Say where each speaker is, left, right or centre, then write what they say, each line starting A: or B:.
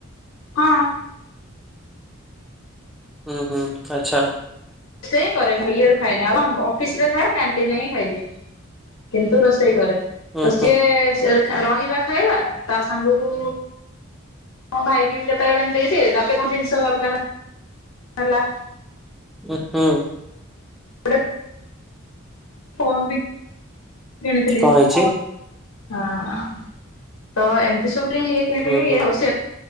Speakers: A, on the left; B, in the centre.
A: ହଁ।
B: ହୁଁ ହୁଁ ଆଚ୍ଛା।
A: ସେୟା କରେ ଇଆଡୁ ଖାଇନିଏ ଅଫିସ ରେ ଥାଏ କ୍ୟାଣ୍ଟିନରେ ହିଁ ଖାଇଦିଏ। କିନ୍ତୁ ରୋଷେଇ କରେ
B: ହୁଁ
A: ତ ସିଏ
B: ହୁଁ
A: ରହିବା ଖାଇବା ତା ସାଙ୍ଗକୁ ହଁ ଭାଇକି କେତେବେଳେ କେମିତି ଦେଇଦେ ତା କେତେବେଳେ କଣ ଜିନିଷ ଦରକାର ହେଲା।
B: ହୁଁ ହୁଁ।
A: ଗୋଟେ ଫୋନ ବି କିଣିଥିଲି
B: କଣ ହେଇଛି?
A: ହଁ। ତ ଏମିତି ସବୁବେଳେ ଇଏ
B: ହୁଁ ହୁଁ